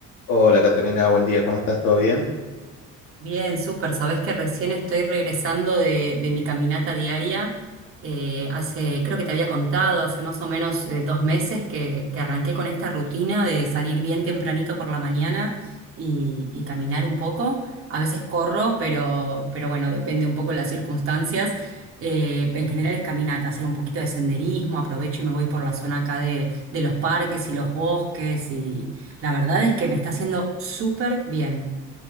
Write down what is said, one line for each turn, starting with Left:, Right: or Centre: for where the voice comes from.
Left: Hola, Caterina, buen día, ¿cómo estás? ¿Todo bien?
Right: Bien, súper. Sabés que recién estoy regresando de, de mi caminata diaria. Eh, hace, creo que te había contado, hace más o menos eh, dos meses que, que arranqué con esta rutina de salir bien tempranito por la mañana y, y caminar un poco. A veces corro, pero, pero bueno, depende un poco de las circunstancias. Eh, en general es caminata, hacer un poquito de senderismo, aprovecho y me voy por la zona acá de, de los parques y los bosques y la verdad es que me está haciendo súper bien.